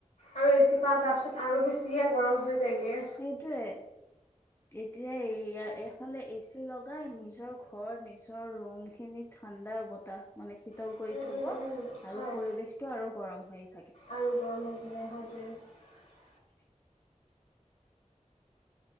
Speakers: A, on the left (about 70°); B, on the left (about 20°).
A: আৰু এচিপা তাৰ পিছত আৰু বছি। বেছিহে গৰম হৈ যায়গে।
B: সেইটোয়ে এতিয়া এই এইফালে এ চি লগাই নিজৰ ঘৰ নিজৰ ৰুম খিনি থ ঠাণ্ডা অ বতাহ মানে শীতল
A: উম,
B: কৰি থব
A: উম, উম,
B: আৰু
A: হয়
B: পৰিবেশটো আৰু গৰম হয়।
A: আৰু গৰম হয় থাকে সেইটোৱে
B: <unintelligible>